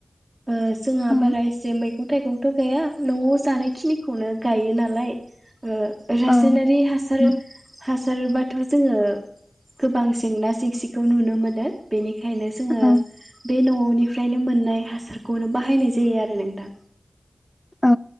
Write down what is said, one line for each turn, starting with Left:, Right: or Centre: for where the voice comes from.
Right: ओ जोंहा
Left: औ
Right: बारा एसे मैगं थाइगं थ' गैया न'आव जानाय खिनिखौनो गायो नालाय। ओ रासायनारि
Left: औ
Right: हासार
Left: उम
Right: हासार बा थ' जोङो गोबां जेंना जेंसिखौ नुनो मोनो बेनिख खायनो जोङो
Left: औ
Right: बे न'निफ्रायनो मोननाय हासारखौनो बाहायनाय जायो आरो नोंथां।
Left: औ